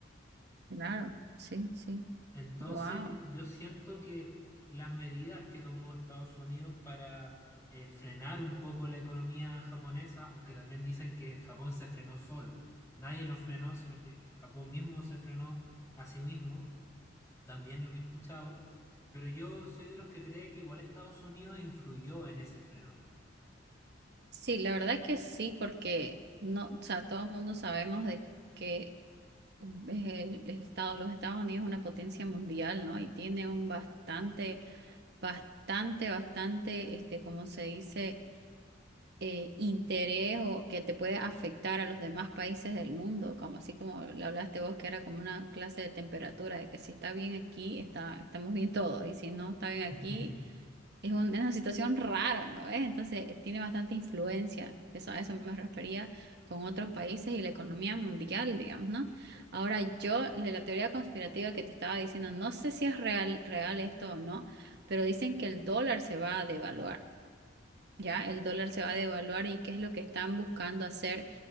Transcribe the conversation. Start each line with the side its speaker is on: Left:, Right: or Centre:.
Right: claro, sí, sí,
Left: Entonces
Right: wow.
Left: yo, yo siento que las medidas que tomó Estados Unidos para eh, frenar un poco la economía japonesa, aunque también dicen que Japón se frenó solo, nadie lo frenó, sino que Japón mismo se frenó a sí mismo También lo he escuchado, pero yo soy de los que cree que igual Estados Unidos influyó en ese freno.
Right: Sí, la verdad que sí, porque no, o sea, todo el mundo sabemos de que es el estado, los Estados Unidos es una potencia mundial, ¿no? Y tiene un bastante, bastante, bastante, este, como se dice, eh, interés o que te puede afectar a los demás países del mundo, como así como le hablaste vos, que era como una clase de temperatura, de que si está bien aquí, está, estamos bien todos, y si no está bien
Left: <laughs>
Right: aquí es un- es una situación rara, ¿no ves? Entonces, eh, tiene bastante influencia. Eso, a eso me refería con otros países y la economía mundial, digamos, ¿no? Ahora, yo, de la teoría conspirativa que te estaba diciendo, no sé si es real, real esto o no, pero dicen que el dólar se va a devaluar, ¿ya? El dólar se va a devaluar y qué es lo que están buscando hacer